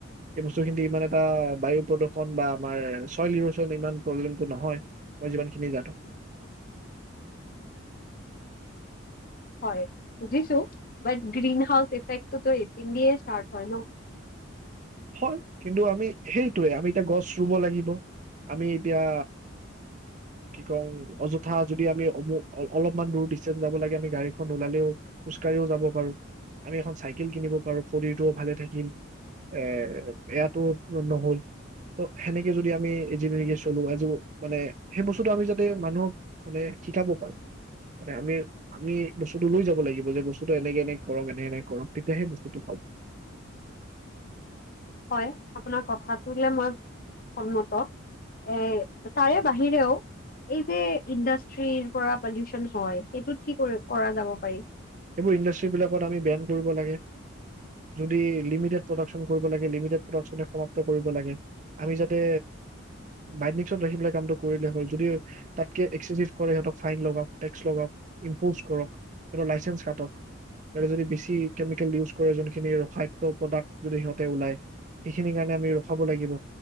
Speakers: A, on the right (about 40°); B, on the left (about 45°).
A: এই বস্তুখিনি ইমান এটা বায়ু প্ৰদূষন বা আমাৰ চইল ইৰচন ইমান প্ৰব্লেমটো নহয় মই যিমানখিনি জানো।
B: হয় বুজিছো, বাট গ্ৰীনহাউচ ইফেক্টটোতো ইপিনদিয়েই ষ্টাৰ্ত হয় ন?
A: হয়, কিন্তু আমি সেইটোৱে আমি এতিয়া গছ ৰুব লাগিব, আমি এতিয়া কি কওঁ অযথা যদি আমি অলপমান দূৰ ডিচেঞ্চ যাব লাগে আমি গাড়ীখন নোলালেও খোজকাঢ়িও যাব পাৰো, আমি এখন চাইকেল কিনিব পাৰো শৰীৰটোও ভালে থাকিল। এ এয়াটো নহল ত সেনেকে যদি আমি চলো আজি মানে সেই বস্তুটো আমি যাতে মানুহক মানে শিকাব পাৰো মানে আমি আমি বস্তুটো লৈ যাব লাগিব যে বস্তুটো এনেকে এনে কৰক এনেক এনে কৰক তেতিয়া সেই বস্তুটো পাব।
B: হয় আপোনাৰ কথাটো মই সন্মত এ তাৰে বাহিৰেও এই যে ইণ্ডাষ্ট্ৰিৰ পৰা পলিউচন হয় সেইটোত কি কৰা যাব পাৰি
A: সেইবোৰ ইণ্ডাষ্ট্ৰিৰ বিলাকত আমি বেন কৰিব লাগে, যদি লিমিটেড প্ৰদাকচন কৰিব লাগে লিমিটেড প্ৰদাকচনে সমাপ্ত কৰিব লাগে। আমি যাতে বাইনদিংচত ৰাখি পেলায় কামটো কৰিলে হ'ল যদি তাতকে এক্সেছ কৰে, ফাইন লগাওক, টেক্স লগাওক, ইম্পচ কৰক, সিহঁতৰ লাইচেঞ্চ কাটক যদি বেছি কেমিকেল ইউজ কৰে যোনখিনি ৰসায়ক্ত প্ৰদাক্ট যদি সিহতে ওলাই সেইখিনি কাৰণে আমি ৰখাব লাগিব